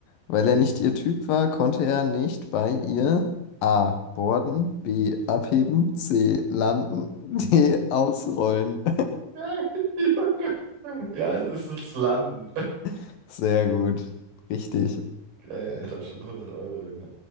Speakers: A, on the left (about 70°); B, on the right (about 70°).
A: Weil er nicht ihr Typ war, konnte er nicht bei ihr A. Borden, B. Abheben, C. Landen, <laughs> D. Ausrollen.
B: Geil. <laughs> Ja, es ist das Landen.
A: <laughs> Sehr gut. Richtig.
B: Geil, Alter, schon hundert Euro, Junge.